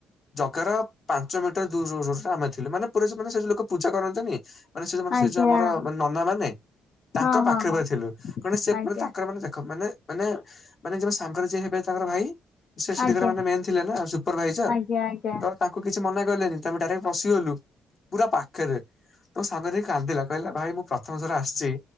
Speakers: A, on the left (about 45°); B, on the left (about 65°).
A: ଜଗାର ପାଞ୍ଚ ମିଟର ଦୂରୁରୁରେ ଆମେ ଥିଲୁ ମାନେ ପୁରସେ ମାନେ ସେ ଲୋକ ପୂଜା କରନ୍ତିନି ମାନେ ସେ ଜଉ ମାନେ
B: ଆଜ୍ଞା।
A: ସେ ଯଉ ଆମର ନନା ମାନେ ତାଙ୍କ
B: ହଁ
A: ପାଖରେ
B: ହଁ ହଁ
A: ପା ଥିଲୁ କଣ ସୋ
B: ଆଜ୍ଞା
A: ପୁଣୀ ତାଙ୍କର ମାନେ ଦେଖ ମାନେ ମାନେ ମାନେ ଯେବେ ସାଙ୍ଗରେ ଯିଏ ହେବେ ତାଙ୍କର ଭାଇ ସେ ସେଠିକାର
B: ଆଜ୍ଞା
A: ମାନେ ମେ ଥିଲେ ନା ସୁପରଭାଇଜର
B: ଆଜ୍ଞା ଆଜ୍ଞା
A: ତ ତାଙ୍କୁ କିଛି ମନା କଲେନି ତଆମେ ଡାଇରେକ୍ଟ ପଶିଗଲୁ। ପୁରା ପାଖେରେ ମୋ ସାଙ୍ଗ ଯାଇ କାନ୍ଦିଲା କହିଲା ଭାଇ ମୁଁ ପ୍ରଥମ ଥର ଆସିଛି